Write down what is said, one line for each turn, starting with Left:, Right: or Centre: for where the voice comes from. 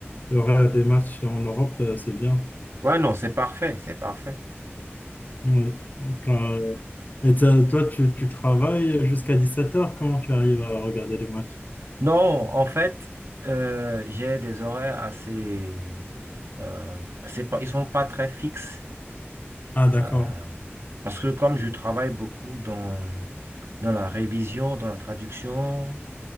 Left: l'horaire des matchs en Europe, euh, c'est bien.
Right: Ouais, non, c'est parfait, c'est parfait.
Left: Ouais. Donc, euh, et t'as- toi, tu, tu travailles jusqu'à dix sept heures comment tu arrives à regarder les matchs?
Right: Non, en fait, euh, j'ai des horaires assez... euh, c'est pas, ils sont pas très fixes.
Left: Ah, d'accord.
Right: euh, parce que comme je travaille beaucoup dans, dans la révision, dans la traduction,